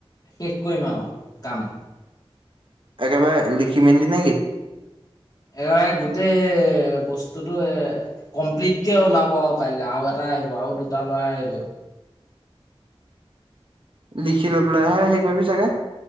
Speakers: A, on the left; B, on the right.
A: শেষ কৰিম আৰু কাম
B: একেবাৰে লিখি মেলি নেকি
A: একেবাৰে গোটেই বস্তুটো কমপ্লিটকে ওলাব আৰু কাইলৈ আৰু এটা আহিব আৰু দুটা লৰাই আহিব
B: লিখি লৈ পেলাই হে হেৰি কৰিবি চাগে